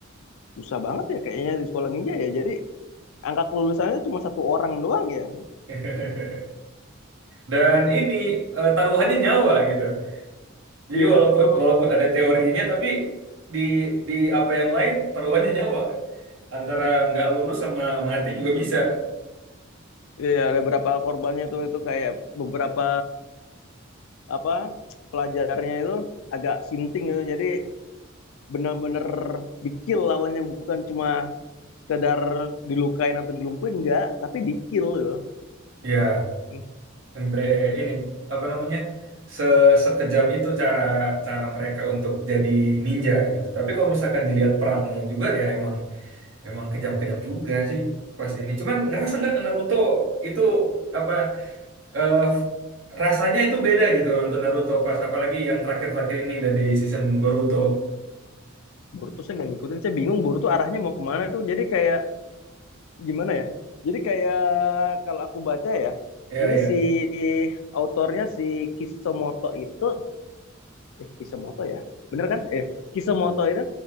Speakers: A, on the left (about 75°); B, on the right (about 65°).
A: Susah banget ya kayaknya di sekolah ninja ya. Jadi angka kelulusannya cuma satu orang doang ya.
B: <laughs> Dan ini eh, taruhannya nyawa gitu. Jadi
A: Iya,
B: walaupun
A: itu
B: walaupun ada teorinya tapi di di apa yang lain taruhannya nyawa. Antara nggak lulus sama mati juga bisa.
A: iya ada beberapa korbannya itu itu kayak beberapa apa pelajarnya itu agak sinting gitu. Jadi benar-benar di-kill lawannya bukan cuma sekedar dilukain atau dilumpuhin enggak, tapi di-kill gitu.
B: Ya
A: Hmm,
B: sampai ini apa namanya se sekejam itu cara cara mereka untuk jadi ninja gitu tapi kalau misalkan dilihat perangnya juga ya emang emang kejam-kejam juga sih pas ini cuman ngerasa nggak Naruto itu apa eh, f- rasanya itu beda gitu untuk Naruto pas apalagi yang terakhir-terakhir ini dan di season Boruto
A: Boruto saya nggak ngikutin, saya bingung Boruto arahnya mau kemana tuh. Jadi kayak gimana ya? Jadi kayak kalau aku baca ya,
B: iya
A: ini
B: iya
A: si autornya si Kishimoto itu, eh Kishimoto ya, bener kan? Eh Kishimoto itu